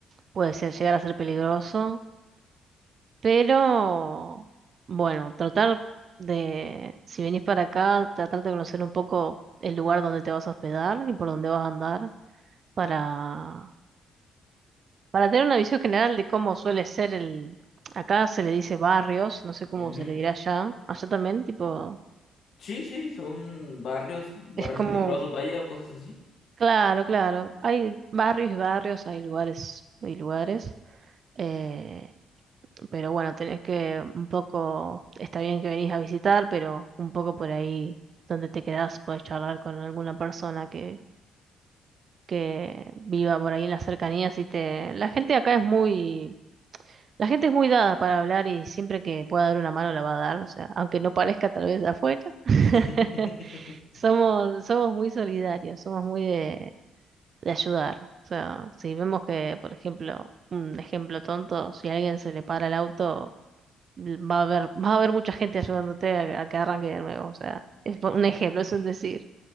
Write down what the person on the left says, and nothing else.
ujú.
Sí, sí, son barrios, barrios
peligrosos, vaya, o cosas así.
<laughs>